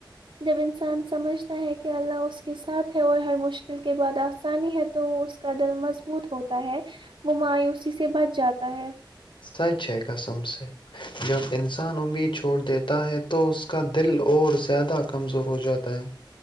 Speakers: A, on the right; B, on the left.
A: جب انسان سمجھتا ہے کہ اللہ اس کے ساتھ ہے اور ہر مشکل کے بعد آسانی ہے تو وہ اس کا دل مضبوط ہوتا ہے وہ مایوسی سے بچ جاتا ہے
B: سچ ہے قسم سے جب انسان اد چھوڑ دیتا ہے تو اس کا دل اور زیادہ کمزور ہو جاتا ہے